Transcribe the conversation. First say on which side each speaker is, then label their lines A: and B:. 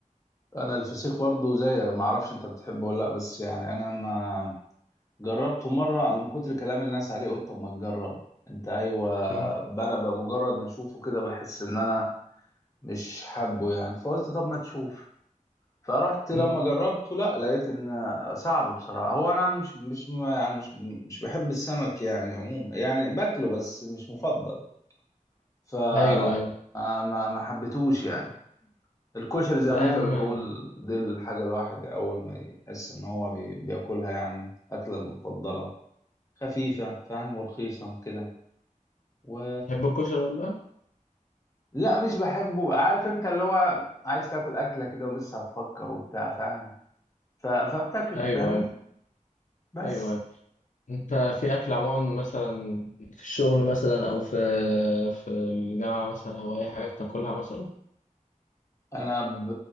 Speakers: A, on the left (about 25°); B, on the left (about 65°).
A: انا الفسيخ برضو زيك ما اعرفش انت بتحبه ولا لا بس يعني انا ما جربته مرة من كتر كلام الناس عليه قلت طب ما تجرب انت ايوه
B: مم.
A: انا بمجرد ما اشوفه كده بحس ان انا مش حابه يعني فقلت طب ما تشوف فرحت
B: مم.
A: لما جربته لا لقيت ان صعب بصراحة هو انا مش مش ما- يعني مش مش بحب السمك يعني عموما يعني باكله بس مش مفضل ف
B: أيوه أيوه
A: ما ما ما حبيتهوش يعني الكشري زي
B: لا
A: ما انت
B: يا عم
A: بتقول دي الحاجة الواحد اول ما يحس ان هو بي- بياكلها يعني اكلة المفضلة خفيفة فاهم ورخيصة كده و...
B: تحب الكشري والله
A: لا مش بحبه عارف انت اللي هو عايز تاكل أكلة كده ولسه هتفكر وبتاع فاهم ف... فبتاكله
B: أيوه
A: فاهم
B: أيوه
A: بس
B: أيوه أيوه أنت في أكل عموما مثلا في الشغل مثلا أو في في الجامعة مثلا أو أي حاجة بتاكلها مثلا
A: انا ب...